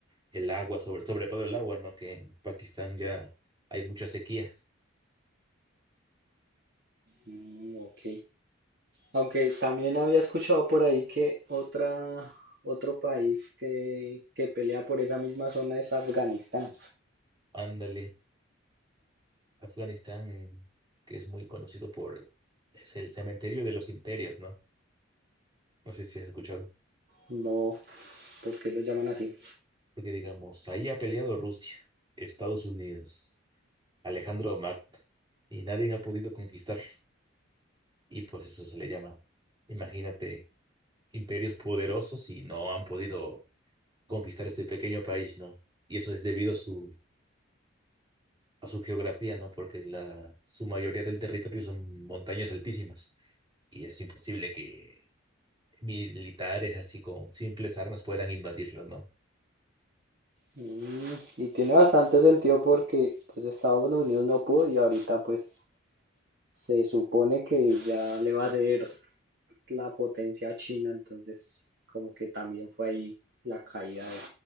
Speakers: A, on the right; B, on the right.
A: El agua, sobre, sobre todo el agua, ¿no? Que en Pakistán ya hay mucha sequía.
B: Mm, ok. Aunque también había escuchado por ahí que otra, otro país que, que pelea por esa misma zona es Afganistán.
A: Ándale. Afganistán, que es muy conocido por, es el cementerio de los imperios, ¿no? No sé si has escuchado.
B: No, ¿por qué lo llaman así?
A: Porque digamos, ahí ha peleado Rusia, Estados Unidos, Alejandro Magno, y nadie ha podido conquistar. Y pues eso se le llama, imagínate, imperios poderosos y no han podido conquistar este pequeño país, ¿no? Y eso es debido a su, a su geografía, ¿no? Porque la, su mayoría del territorio son montañas altísimas y es imposible que militares así con simples armas puedan invadirlos, ¿no?
B: Mm, y tiene bastante sentido porque pues Estados Unidos no pudo y ahorita pues Se supone que ya le va a ser la potencia a China, entonces como que también fue ahí la caída de,